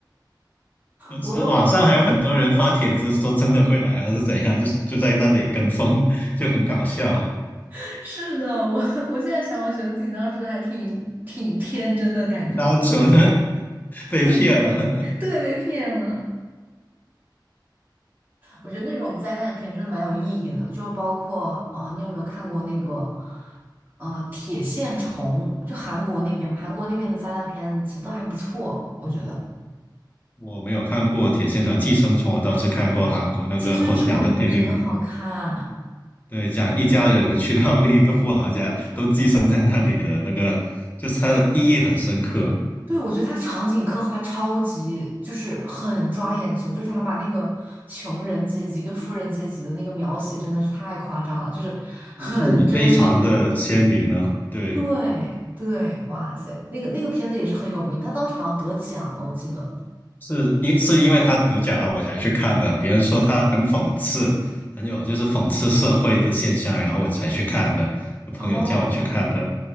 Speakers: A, on the left; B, on the right.
A: 嗯所以网上还有很多人发帖子说真的会来啊，
B: 不过后
A: 是怎样？<laughs> 就就在那里跟风，<laughs> 就很搞笑。
B: <laughs> 是的，我我现在想，我觉得自己当时还挺挺天真的感觉，
A: 单纯呢 <laughs>？被骗了。
B: 对，
A: <laughs>
B: 对，被骗了。我觉得那种灾难片真的蛮有意义的，就包括呃，你有没有看过那个呃《铁线虫》？就韩国那边嘛，韩国那边的灾难片其实都还不错，我觉得
A: 我没有看过《铁线虫寄生虫》，我倒是看过韩国那个获奖的电影，
B: 《寄生虫》也很好看。
A: 对，讲一家人去到另一个富豪家，都寄生在那里的那个就是它的意义很深刻，
B: 对，我觉得它场景刻画超级，就是很抓眼球，就是他把那个穷人阶级跟富人阶级的那个描写真的是太夸张了，就是很真实。
A: 对比非常的鲜明呢。对，
B: 对对，哇塞，那个那个片子也是很有名，他当时好像得奖了，我记得。
A: 是因是因为他得奖了我才去看的，别人说他很讽刺，很有就是讽刺社会的现象，然后我才去看的，朋友叫我去看的。
B: 哦，